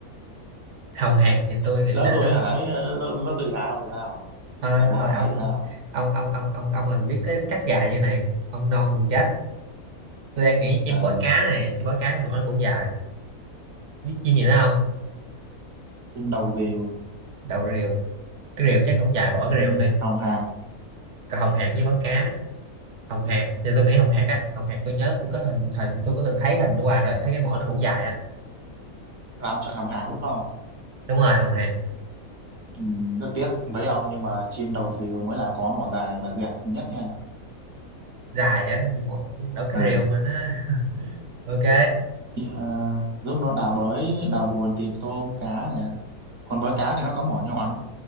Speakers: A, on the right; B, on the right.
A: hồng hạc
B: Ờ,
A: thì tôi nghĩ
B: Lỡ
A: là
B: tôi
A: nó
B: ấy hả? Lỡ, lỡ tôi gà không phải sao?
A: thôi
B: Giả
A: thôi
B: bộ ấy
A: thôi ông
B: sao?
A: ông ông ông ông ông là người biết cái cách gài như này ông non người chết tôi đang nghĩ chim
B: Ờ,
A: bói cá này chim bói cá cái mõm nó cũng dài biết chim gì nữa không
B: chim đầu rìu,
A: đầu rìu cái rìu chắc không dài bỏ
B: chim
A: cái rìu đi
B: hồng hạc.
A: còn hồng hạc với bói cá hồng hạc thì tôi nghĩ hồng hạc á hồng hạc tôi nhớ tôi có hình hình tôi có từng thấy hình qua rồi thấy cái mõm nó cũng dài á
B: Là ông chọn hồng hạc đúng không?
A: đúng rồi hồng hạc
B: Ừ, rất tiếc với ông nhưng mà chim đầu dìu mới là có mỏ dài và dẹt nhất nha
A: dài á mõm đâu cái
B: ừ
A: rìu mà nó <laughs> ok
B: Ờ, giúp nó đào bới đào bùn tìm tôm cá nè còn với cá thì nó có mỏ nhọn